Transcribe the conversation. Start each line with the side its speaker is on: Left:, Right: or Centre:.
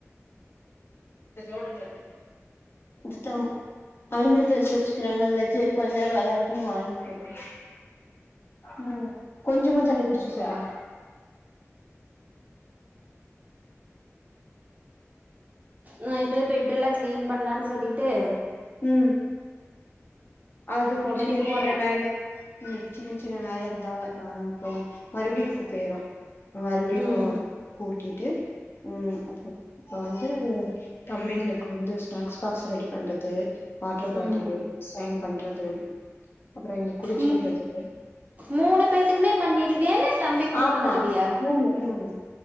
Left: இத்த கோடு ன் அவ்ங்களு தெரிச்சு வெச்சுக்கிறாங்கல்ல சேரி கொஞ்ச நேர வெளாட்டுன்னு வாங்கிட்ருக்கே உம் கொஞ்சமா தண்ணி புடிச்சு சார்
Right: நா இப்பே பெட்டெல்லா கிளீன் பண்லான் சொல்லிட்டு
Left: ம் அதுவு
Right: ஒதறி
Left: சின்ன
Right: போட்றே
Left: சின்ன வேல ம் சின்ன சின்ன வேல இருந்தா அ அப்றோ மறுபடியு குப்பை ஆயிரு ம் மறுபடியு
Right: ம்
Left: கூட்டிட்டு ம் அப்றம் இப்ப வந்து தம்பிங்களுக்கு வந்து ஸ்நாக்ஸ் பாக்ஸ் ரெடி பண்றது வாட்டர் பாட்டிலு
Right: ம்
Left: அயன் பண்றது அப்பறோ இவங்கள குளிச்சு
Right: ம்
Left: உட்றது
Right: மூணு பேத்துக்கு மே பண்ணிருவியா இல்ல தம்பிக்கு மட்டு
Left: ஆமா
Right: பண்ணுவியா
Left: மூணு மூணு